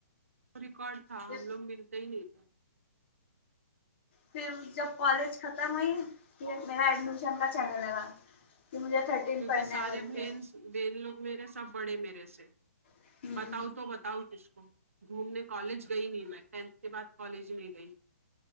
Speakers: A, on the right; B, on the left.
A: ریکارڈ تھا
B: پھر
A: ہم لوگ ملتے ہی نہیں
B: پھر جب کالج ختم ہوئی پھر میرا ایڈمیشن کا چلنے لگا کہ مجھے تھرٹیین
A: کیونکہ
B: پڑھنا
A: سارے
B: ہے بول
A: بہن
B: کے
A: بہن لوگ میرے سب بڑے میرے سے
B: ہ
A: بتاؤں تو بتاؤں کس کو گھومنے کالج گئی نہیں میں ٹینتھ کے بعد کالج نہیں گئی